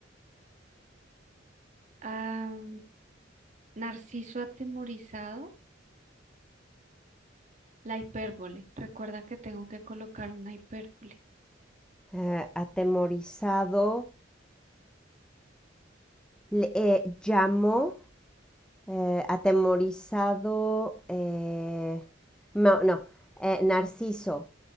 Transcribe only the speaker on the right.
Ah, Narciso atemorizado La hipérbole. Recuerda que tengo que colocar una hipérbole.